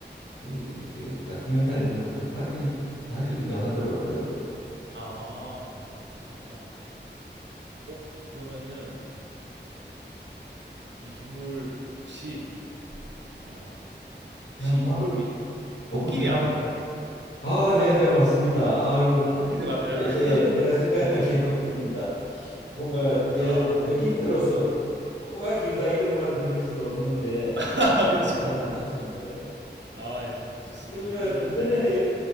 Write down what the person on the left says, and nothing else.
그 이렇게 다큐멘터리 보니까 좀 빨리 달리기도 하더라고요.
그냥 밥을
어분을
다
아, 네, 네, 맞습니다. 아유,
예,
예, 제가 생각한 게 코끼리입니다. 뭐가 예,
그 힌트로서 코가 길다 이런 말은 드릴 수가 없는데
잘, 잘 맞히셨네요.
그러면
이번에는 여-